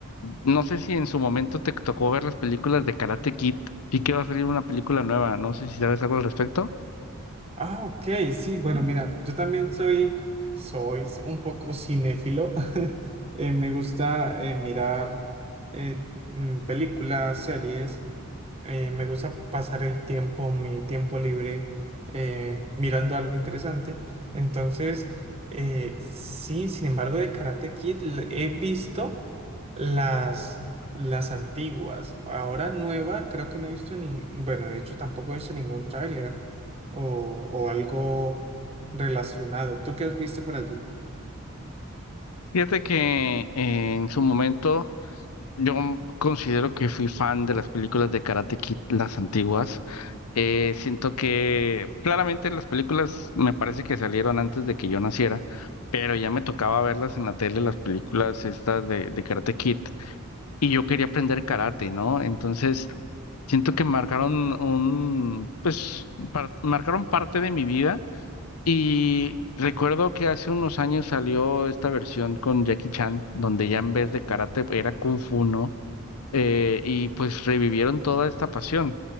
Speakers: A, on the left; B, on the right.
A: no sé si en su momento te tocó ver las películas de Karate Kid. Vi que va a salir una película nueva. No sé si sabes algo al respecto.
B: Ah, ok, sí, bueno, mira, yo también soy, soy un poco cinéfilo. <laughs> Eh, me gusta eh, mirar eh, mm, películas, series. eh, me gusta pasar el tiempo, mi tiempo libre, eh, mirando algo interesante. Entonces, eh, sí, sin embargo, de Karate Kid l- he visto las, las antiguas. Ahora nueva, creo que no he visto ni, bueno, de hecho tampoco he visto ningún tráiler o, o algo relacionado. ¿Tú qué has visto por allí?
A: Fíjate que eh, en su momento yo considero que fui fan de las películas de Karate Kid, las antiguas. Eh, siento que claramente las películas me parece que salieron antes de que yo naciera, pero ya me tocaba verlas en la tele, las películas estas de, de Karate Kid, y yo quería aprender karate, ¿no? Entonces, siento que marcaron un, pues, par- marcaron parte de mi vida y recuerdo que hace unos años salió esta versión con Jackie Chan, donde ya en vez de karate era kung fu, ¿no? Eh, y pues revivieron toda esta pasión.